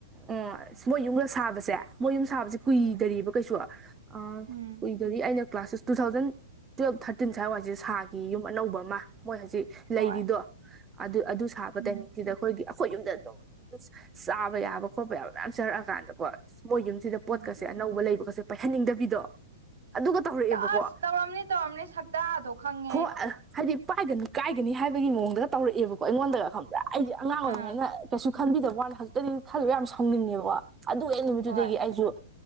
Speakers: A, on the right; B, on the right.
A: ꯎꯝ ꯃꯣꯏ ꯌꯨꯝꯒ ꯁꯥꯕꯁꯦ ꯃꯣꯏ ꯌꯨꯝ ꯁꯥꯕꯁꯦ ꯀꯨꯏꯗ꯭ꯔꯤꯕ
B: ꯎꯝ
A: ꯀꯩꯁꯨ ꯑꯥ
B: ꯎꯝ
A: ꯑꯗꯒꯤ ꯑꯩꯅ class six two thousand twelve thirteen ꯁ꯭ꯋꯥꯏ ꯋꯥꯏꯖꯤ ꯁꯥꯒꯤ ꯌꯨꯝ ꯑꯅꯧꯕ ꯑꯃ ꯃꯣꯏ ꯍꯧꯖꯤꯛ ꯂꯩꯔꯤꯗꯣ
B: ꯍꯣꯏ
A: ꯑꯗꯨ ꯑꯗꯨ ꯁꯥꯕ
B: ꯎꯝ
A: ꯇꯥꯏꯃꯤꯡꯖꯤꯗ ꯑꯩꯈꯣꯏꯒꯤ ꯑꯩꯈꯣꯏ ꯌꯨꯝꯗ ꯑꯗꯨꯝ ꯆꯥꯕ ꯌꯥꯕ ꯈꯣꯠꯄ ꯌꯥꯕ ꯃꯌꯥꯝ ꯆꯥꯔꯛꯑꯀꯥꯟꯗꯀꯣ ꯃꯣꯏ ꯌꯨꯝ ꯃꯁꯤꯗ
B: ꯎꯝ
A: ꯄꯣꯠꯀꯁꯦ ꯑꯅꯧꯕ ꯂꯩꯕꯒꯁꯦ ꯄꯥꯏꯍꯟꯅꯤꯡꯗꯕꯤꯗꯣ ꯑꯗꯨꯒ ꯇꯧꯔꯛꯑꯦꯕꯀꯣ
B: ꯑꯁ ꯇꯧꯔꯝꯅꯤ ꯇꯧꯔꯝꯅꯤ ꯁꯛꯇꯥꯗꯣ ꯈꯪꯉꯦ
A: ꯍꯣꯢ
B: ꯑꯩ
A: ꯍꯥꯏꯗꯤ ꯄꯥꯏꯒꯅꯨ ꯀꯥꯏꯒꯅꯤ ꯍꯥꯏꯕꯒꯤ ꯃꯑꯣꯡꯗꯒ ꯇꯧꯔꯛꯑꯦꯕꯀꯣ ꯑꯩꯉꯣꯟꯗꯒ ꯈꯪꯕ꯭ꯔꯥ ꯑꯩꯖꯦ ꯑꯉꯥꯡ ꯑꯣꯏꯔꯤꯉꯩꯅ
B: ꯑꯥ
A: ꯀꯩꯁꯨ ꯈꯟꯕꯤꯗꯕ ꯋꯥꯅꯦ ꯍꯧꯖꯤꯛꯇꯗꯤ ꯈꯜꯂꯨꯔ ꯌꯥꯝ ꯁꯥꯎ ꯁꯧꯅꯤꯡꯉꯦꯀꯣ ꯑꯗꯨ ꯍꯦꯛ ꯅꯨꯃꯤꯠꯇꯨꯗꯒꯤ
B: ꯍꯣꯏ
A: ꯑꯩꯖꯨ